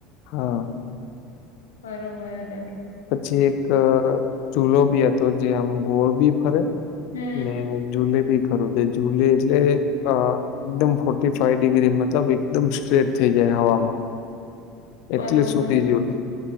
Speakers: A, on the left (about 55°); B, on the left (about 75°).
A: હા
B: બરોબર ત
A: પછી એક ચૂલો બી હતો જે આમ ગોળ બી ફરે
B: હમ
A: ને જુલે બી ખરું છે જુલે એટલે અ એકદમ ફોર્ટી ફાઈવ ડિગ્રી મતલબ એકદમ સ્ટ્રેટ થઈ જાય હવામાં
B: બરોબર
A: એટલે સુધી જુલે